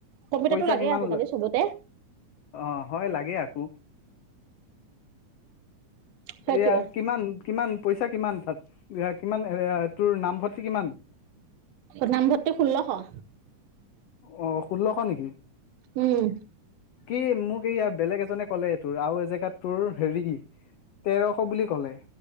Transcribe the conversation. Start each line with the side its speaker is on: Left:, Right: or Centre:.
Right: কম্পিউটাৰটো
Left: পইচা
Right: লাগে
Left: কিমান
Right: আজিকালি
Left: লয়?
Right: চবতে
Left: অ হয় লাগে, আকৌ
Right: সেইটোৱে
Left: এইয়া কিমান কিমান? পইচা কিমান তাত, কিমান তোৰ নামভৰ্তি কিমান?
Right: নামভৰ্তি ষোল্লশ।
Left: অ ষোল্লশ নেকি।
Right: উম।
Left: কি মোক এইয়া বেলেগ এজনে ক'লে, এই তোৰ আৰু এ জেগাত তোৰ হেৰি। তেৰশ বুলি কলে